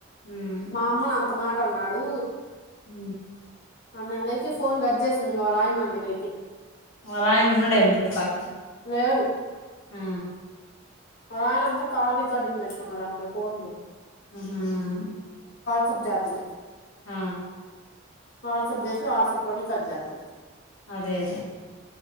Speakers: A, on the left; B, on the left.
A: ఉమ్
B: మా అమ్మను అంత మాట అన్నాడు
A: అ
B: నలైకి ఫోన్ కట్ చేసింది ఇ వావాళ ఆయన నా నెలైకి
A: వాలాన్నడేమో చూడు పాకనే
B: లేడు
A: ఆ
B: అలా ఆయన అంతా కాల్ రికార్డింగ్ పెట్టుకున్నాడు అంట ఫోన్లు
A: హ
B: సప్ జాతది
A: ఆ
B: వాట్సప్ చేసి వాట్సప్ లోనే కట్ చేస్తంది
A: అదే అదే